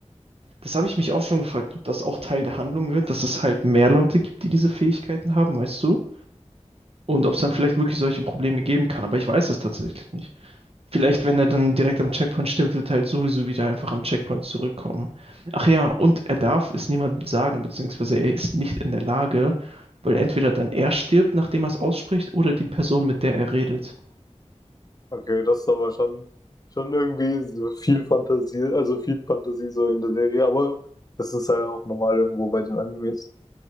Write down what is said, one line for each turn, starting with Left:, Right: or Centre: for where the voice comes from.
Right: Das habe ich mich auch schon gefragt, ob das auch Teil der Handlung wird, dass es halt mehr Leute gibt, die diese Fähigkeiten haben, weißt du? Und ob es dann vielleicht wirklich solche Probleme geben kann. Aber ich weiß es tatsächlich nicht. Vielleicht, wenn er dann direkt am Checkpoint stirbt, wird er halt sowieso wieder einfach am Checkpoint zurückkommen. Ach ja, und er darf es niemandem sagen, beziehungsweise er ist nicht in der Lage, weil entweder dann er stirbt, nachdem er es ausspricht, oder die Person, mit der er redet.
Left: Okay, das ist aber schon, schon irgendwie so viel Fantasie, also viel Fantasie so in der Serie, aber das ist halt auch normal irgendwo bei den Animes.